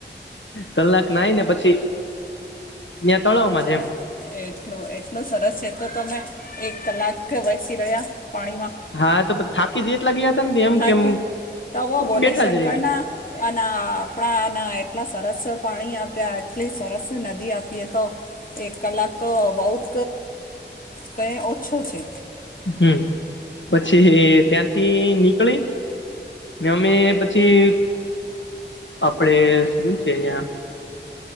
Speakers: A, on the left; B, on the left.
A: કલાક નાહી ને પછી ત્યાં તળાવમાં
B: અચ્છા
A: જેમ
B: <unintelligible> એટલું એટલું સરસ છે તો તમે એક કલાક વરસી રહ્યા પાણીમાં
A: હા તો થાકી જ એટલા ગયા હતા ને એમ
B: થાકી
A: કેમ
B: તવો બોલે
A: બેઠા
B: શંકર
A: જ રહીએ
B: ના અને આપણાને એટલા સરસ પાણી આપ્યા એટલી સરસ નદી આપી હતી તો એક કલાક તો બહુત કઈ ઓછો છે.
A: હમ્મ. પછી ત્યાંથી નીકળી ને અમે પછી આપડે સુ છે અહીયા